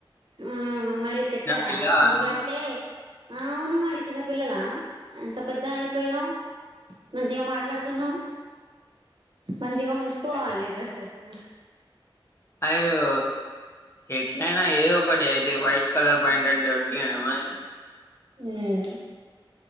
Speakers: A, on the right; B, on the left.
A: ఉమ్ మరి తిట్టదా
B: పిల్ల
A: ఎందుకంటే
B: నువ్వు
A: ఆ అవును మరి చిన్నపిల్లలా ఎంత పెద్దగా అయిపోయినావ్ మంచిగా మాట్లాడుతున్నావు మంచిగా ఉంచుకోవాలి
B: అయితే
A: డ్రస్సెసు
B: అయ్యో ఎట్లయినా ఏదోకటి అయితే వయిట్ కలర్ ప్యాంటంటే ఒట్టిగెనా మరి
A: ఉమ్